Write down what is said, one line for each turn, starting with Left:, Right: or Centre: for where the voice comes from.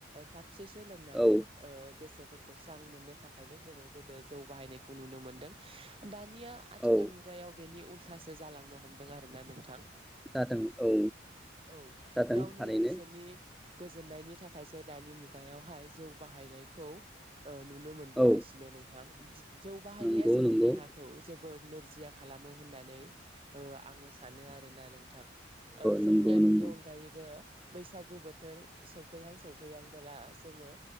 Right: खाबसे सो लोंनानै
Centre: औ
Right: ओ गोसोफोर खौ स्रां मोननो थाखायल' जोङो गोदो जौ बाहायनायखौ नुनो मोनदों दानि या आथिखाल
Centre: औ
Right: मुगायाव बेनि उल थासो जालांनो हमदों आरोना नोंथां
Centre: जादों औ
Right: औ
Centre: जादों
Right: गावनि
Centre: थारैनो
Right: गोसोनि गोजोननायनि थाखायसो दानि मुगायावहाय जौ बाहायनायखौ ओ नुनो मोनबोगासिनो
Centre: औ
Right: नोंथां बि <unintelligible> जौ बाहायनाया
Centre: नंगौ
Right: जोंनि
Centre: नंगौ
Right: देहाखौ जोबोद नोरजिया खालामो होननानै ओ आङो सानो आरोना नोंथां ओ जोंनिया
Centre: नंगौ नंगौ
Right: बेनि अनगायैबो बैसागु बोथोर सौफैहां सौफैहांबोला जोङो